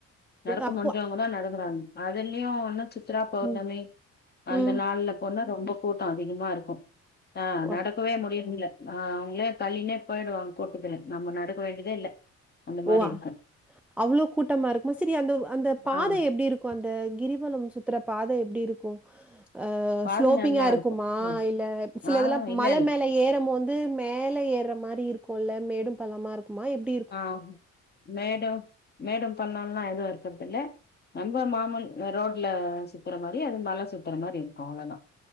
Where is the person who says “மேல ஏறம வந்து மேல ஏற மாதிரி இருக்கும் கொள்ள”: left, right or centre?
Centre